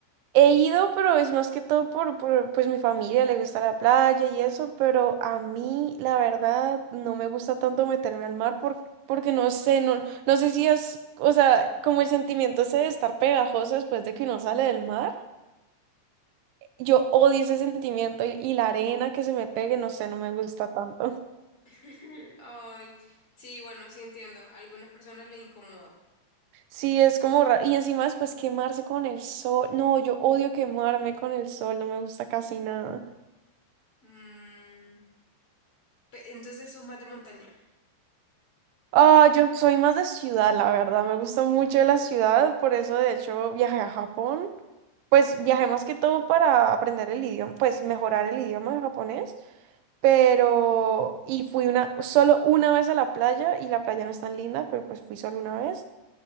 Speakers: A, on the right (about 80°); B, on the left (about 30°).
A: He ido, pero es más que todo por, por, pues mi familia le gusta la playa y eso, pero a mí la verdad no me gusta tanto meterme al mar por- porque no sé, no, no sé si es, o sea, como el sentimiento ese de estar pegajoso después de que uno sale del mar. Yo odio ese sentimiento y, y la arena que se me pegue, no sé, no me gusta tanto.
B: <laughs> Ay, sí, bueno, sí entiendo. A algunas personas le incomoda.
A: Sí, es como raro. Y encima después quemarse con el sol. No, yo odio quemarme con el sol, no me gusta casi nada.
B: Mm, pe- entonces sos más de montaña.
A: Ah, yo soy más de ciudad, la verdad. Me gusta mucho la ciudad, por eso de hecho viajé a Japón. Pues viajé más que todo para aprender el idioma, pues mejorar el idioma de japonés. Pero, y fui una, solo una vez a la playa, y la playa no es tan linda, pero pues fui solo una vez.